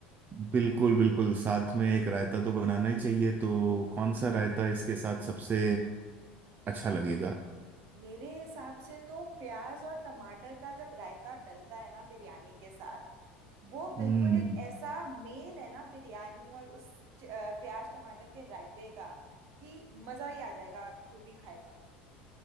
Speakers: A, on the right (about 35°); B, on the right (about 55°).
A: बिल्कुल बिल्कुल साथ में एक रायता तो बनाना ही चाहिए तो कौन सा रायता इसके साथ सबसे अच्छा लगेगा
B: मेरे हिसाब से तो प्याज और टमाटर का जब रायता डलता है ना बिरयानी के साथ वो
A: हम्म
B: बिल्कुल एक ऐसा मेल है ना बिरयानी और उस च- अ, प्याज टमाटर के रायते का कि मज़ा ही आ जाएगा जो भी खाएगा